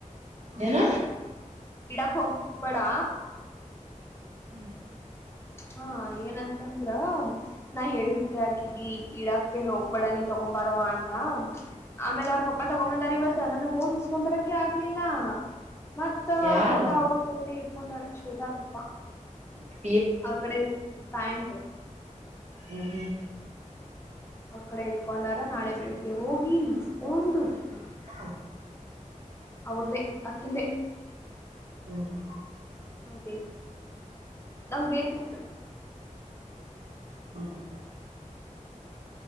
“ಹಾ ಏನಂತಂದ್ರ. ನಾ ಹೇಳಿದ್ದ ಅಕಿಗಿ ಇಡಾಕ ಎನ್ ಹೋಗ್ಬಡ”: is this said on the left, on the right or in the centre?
Left